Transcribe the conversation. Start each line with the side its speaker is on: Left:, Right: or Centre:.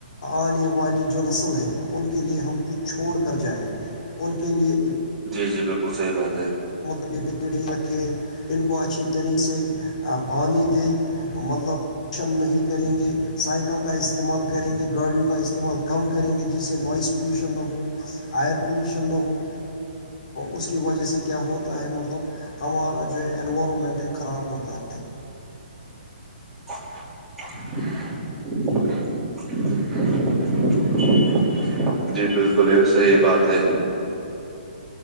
Left: آنے والی جو نسل ہے ان کے لیے ہم کچھ چھوڑ کر جائیں ان کے لیے
Centre: جی جی بالکل صحیح بات ہے
Left: مغبی پیڑ رکھے ان کو اچھی طریق سے پانی دے مطلب روشن نہیں کریں گے سائیکل کا استعمال کر کریں گے گاڑیوں کا استعمال کم کریں گے جس سے نوائز پلیوشن نہ ہو آئر پلیوشن نہ ہو اس کی وجہ سے کیا ہوتا ہے مطلب ہمارا جو ہے انوائرمنٹ ہے خراب ہوتا ہے
Centre: <unintelligible> جی بالکل ایک صحی
Left: وہاں
Centre: بات ہے